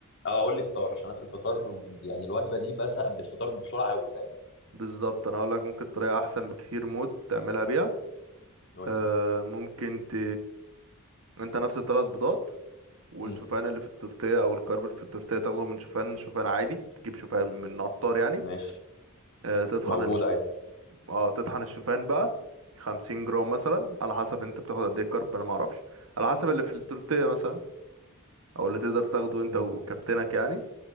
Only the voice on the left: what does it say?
اه قول لي فطار عشان انا في الفطار يعني الوجبه دي بزهق بالفطار بسرعه قوي فاهم
قول
لي
امم
ماشي
موجود
عادي
امم